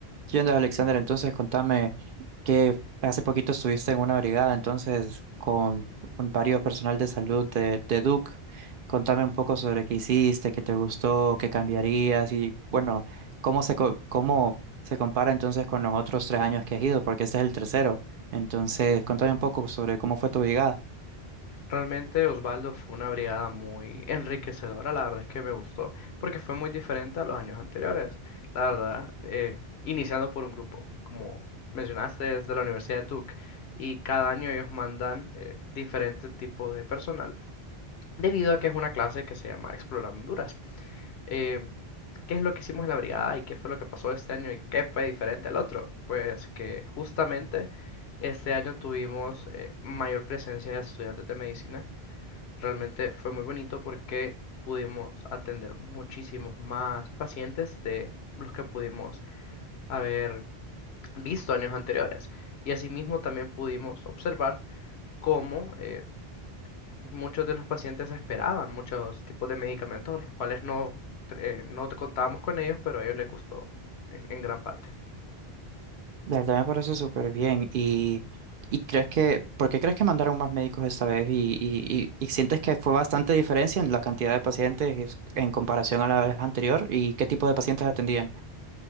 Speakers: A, on the right; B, on the left.
A: ¿Qué onda, Alexander? Entonces, contame que hace poquito estuviste en una brigada, entonces, con un- varios personal de salud de, de Duke. Contame un poco sobre qué hiciste, qué te gustó, qué cambiarías y, bueno, cómo se, co- cómo se compara entonces con los otros tres años que has ido, porque este es el tercero. Entonces, contame un poco sobre cómo fue tu brigada.
B: Realmente Osvaldo fue una brigada muy enriquecedora, la verdad es que me gustó, porque fue muy diferente a los años anteriores, la verdad, eh, iniciando por un grupo, como mencionaste, es de la Universidad de Duke, y cada año ellos mandan eh, diferente tipo de personal, debido a que es una clase que se llama Explorando Honduras. Eh, ¿qué es lo que hicimos en la brigada y qué fue lo que pasó este año y qué fue diferente al otro? Pues que justamente este año tuvimos eh, mayor presencia de estudiantes de medicina Realmente fue muy bonito porque pudimos atender muchísimos más pacientes de los que pudimos haber visto años anteriores. Y asimismo también pudimos observar cómo eh, muchos de los pacientes esperaban muchos tipos de medicamentos, los cuales no, eh, no contábamos con ellos, pero a ellos les gustó en en gran parte.
A: De verdad me parece súper bien. Y, y crees que, ¿por qué crees que mandaron más médicos esta vez? Y, y, y, y sientes que fue bastante diferencia en la cantidad de pacientes es- en comparación a la vez anterior y qué tipo de pacientes atendían.